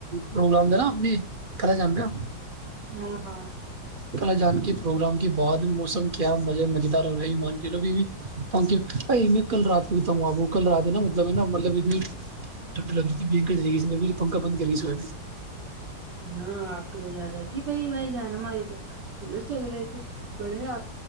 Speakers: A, on the right; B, on the right.
A: پروگرام تھا نا اپنے خا لا جان کا
B: ہاں ہاں
A: خا لا جان کے پروگرام کے بعد موسم کیا مزے مزیدار ہو رہا ہے مان کے چلو بی کی بائی <unintelligible> میں کل رات آ وہ کل رات ھا نا مطلب نا مطلب اتنی ٹھنڈ لگ رہی تھیی پنکھا بند کر کے سوئے
B: ہاں آپ کی تو زیادہ آتی بھائی بائی جانا ہمارے تو مر چل رہے تھے بڑے آپ <unintelligible>